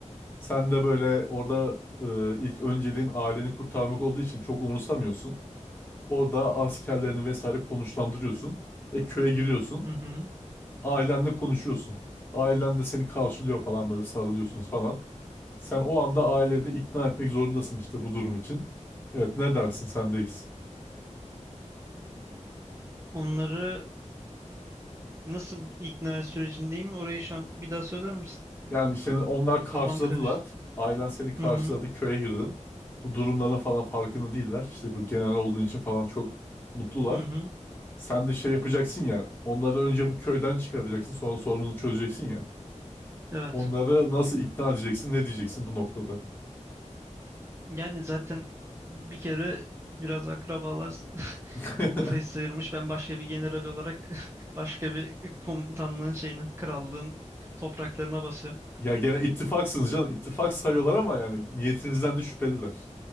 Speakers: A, on the left (about 15°); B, on the right (about 20°).
A: Sen de böyle orada e, ilk önceliğin aileni kurtarmak olduğu için çok umursamıyorsun. Orada askerlerini vesaire konuşlandırıyorsun ve köye giriyorsun.
B: Hı hı.
A: Ailenle konuşuyorsun. Ailen de seni karşılıyor falan böyle sarılıyorsunuz falan. Sen o anda aileni ikna etmek zorundasın işte bu durum için. Evet ne dersin sendeyiz.
B: Onları nasıl ikna sürecindeyim? Orayı şu an bir daha söyler misin?
A: Yani seni onlar karşıladılar.
B: Kafam karıştı.
A: Ailen seni karşıladı
B: Hı hı.
A: köye girdin. Bu durumların falan farkında değiller. İşte bu general olduğun için falan çok mutlular.
B: Hı hı.
A: Sen de şey yapacaksın ya. Onları önce bu köyden çıkaracaksın. Sonra sorununu çözeceksin ya.
B: Evet.
A: Onları nasıl ikna edeceksin? Ne diyeceksin bu noktada?
B: Yani zaten bir kere biraz akrabalar <laughs>
A: <laughs>
B: kafayı sıyırmış. Ben başka bir general olarak <laughs> başka bir komutanlığın şeyine, krallığın topraklarına basıyorum.
A: Ya gene ittifaksınız canım. İttifak sayıyorlar ama yani niyetinizden de şüpheliler.